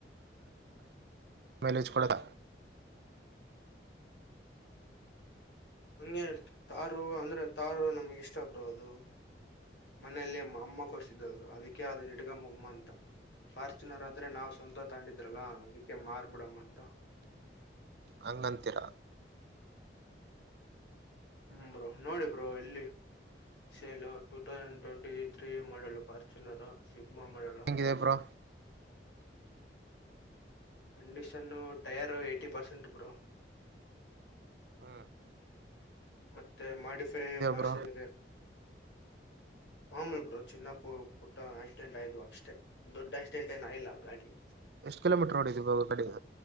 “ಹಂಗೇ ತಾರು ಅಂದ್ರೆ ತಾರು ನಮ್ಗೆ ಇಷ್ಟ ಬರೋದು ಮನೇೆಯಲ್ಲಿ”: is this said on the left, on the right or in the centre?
Left